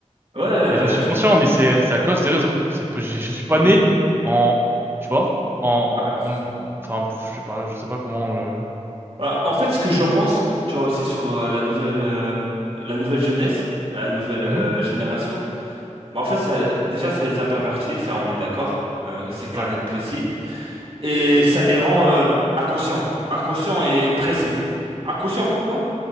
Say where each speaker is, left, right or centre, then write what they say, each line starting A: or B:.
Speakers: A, on the right (about 50°); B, on the right (about 20°).
A: Ouais, ouais,
B: Et
A: ouais,
B: j'en suis
A: je
B: conscient,
A: comprends.
B: mais c'est c'est à cause des réseaux. C'est p- je, je suis pas
A: Mm.
B: né en, tu vois, en,
A: Ouais.
B: en, en- enfin, pff, je sais pas, je sais pas comment. euh,
A: Bah, en fait, ce que j'en pense, tu vois aussi sur euh, la nouvelle, euh, la nouvelle jeunesse, la nouvelle euh,
B: mhm,
A: génération. Bah, en fait, ça, déjà, ça les a pervertis, ça, on est d'accord. Euh, c'est clair,
B: Ouais,
A: net, précis. Et ça les rend euh, inconscients, inconscients et pressés. Inconscients, pourquoi?